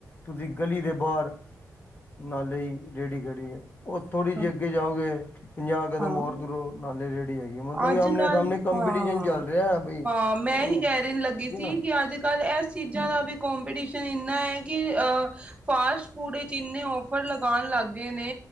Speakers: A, on the left; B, on the right.
A: ਤੁਸੀਂ ਗਲੀ ਦੇ ਬਾਹਰ ਨਾਲੇ ਈ ਰੇੜੀ ਖੜੀ ਏ, ਓ ਥੋੜ੍ਹੀ
B: ਹਾਂ
A: ਜੇਹੀ ਅੱਗੇ ਜਾਓਗੇ, ਪੰਜਾਹ ਕਦਮ
B: ਹਾਂ
A: ਹੋਰ ਤੁਰੋ ਨਾਲੇ ਰੇੜੀ ਹੈਗੀ, ਮਤਲਬ
B: ਅੱਜ
A: ਆਮਣੇ
B: ਕੱਲ
A: -ਸਾਮਣੇ ਕੰਪੀਟੀਸ਼ਨ
B: ਹਾਂ
A: ਚੱਲ ਰੇ ਆ, ਬਈ
B: ਹਾਂ ਮੈਂ
A: ਓਹ
B: ਹੀ ਕਹਿ
A: ਠੀਕ
B: ਰਹੀ ਲੱਗੀ ਸੀ
A: ਐ ਨਾ।
B: ਕਿ ਅੱਜ ਕੱਲ੍ਹ ਏਸ ਚੀਜ਼ਾਂ ਦਾ ਵੀ ਕੋਂਪੀਟੀਸ਼ਨ ਏਨਾ ਐ ਕਿ ਅਹ ਫਾਸਟ -ਫੂਡ ਵਿੱਚ ਏਨੇ ਔਫਰ ਲਗਾਣ ਲੱਗ ਗਏ ਨੇ